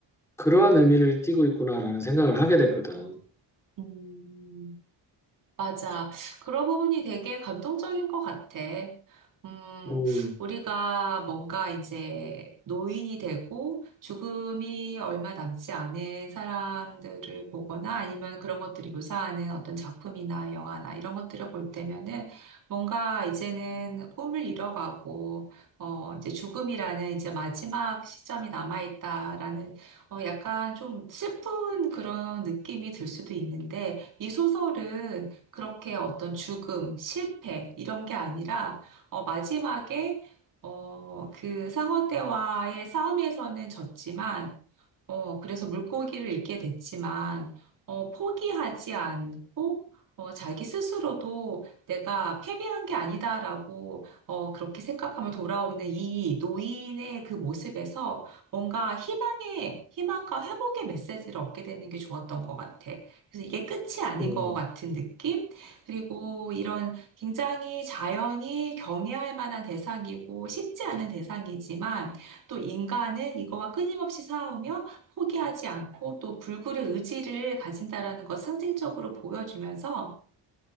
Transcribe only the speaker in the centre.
그러한 의미를 띠고 있구나라는 생각을 하게 됐거든.
음,
음,